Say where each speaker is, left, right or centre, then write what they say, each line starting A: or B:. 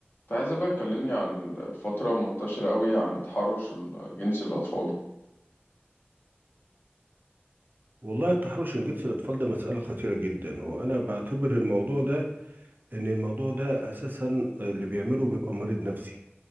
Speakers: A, on the left; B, on the right.
A: كنت عايزة بقى تكلمني عن الفترة منتشرة قوي عن تحرش ال- جنس الأطفال
B: والله التحرش الجنسي للأطفال ده مسألة خطيرة جدا وأنا بعتبر الموضوع ده إن الموضوع ده أساسا اللي بيعمله بيبقى مريض نفسي